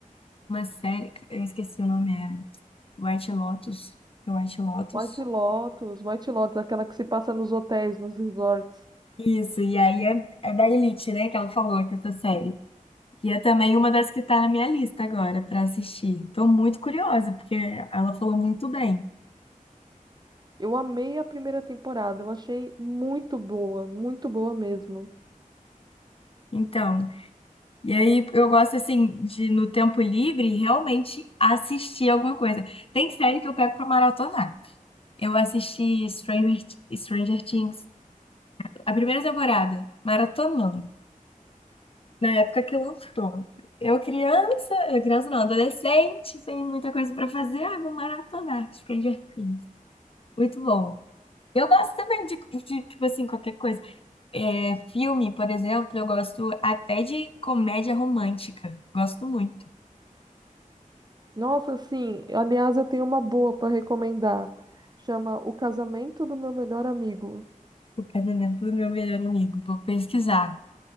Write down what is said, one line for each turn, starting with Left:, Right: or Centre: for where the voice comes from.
Left: uma série, eu esqueci o nome, é White Lotus. É White Lotus.
Right: White Lotus, White Lotus, aquela que se passa nos hotéis, nos resorts.
Left: Isso, e aí é, é da Elite, né, que ela falou que essa série. E é também uma das que está na minha lista agora para assistir. Estou muito curiosa, porque ela falou muito bem.
Right: Eu amei a primeira temporada, eu achei muito boa, muito boa mesmo.
Left: Então, e aí eu gosto assim de no tempo livre realmente assistir alguma coisa. Tem série que eu pego para maratonar. Eu assisti Stranger, Stranger Things, a primeira temporada, maratonando, na época que lançou. Eu criança, eu criança não, adolescente, sem muita coisa para fazer, ah, vou maratonar Stranger Things. Muito bom. Eu gosto também de, de, tipo assim, qualquer coisa É, filme, por exemplo, eu gosto até de comédia romântica. Gosto muito.
Right: Nossa, sim, aliás, eu tenho uma boa para recomendar. Chama O Casamento do Meu Melhor Amigo.
Left: O casamento do meu melhor amigo. Vou pesquisar.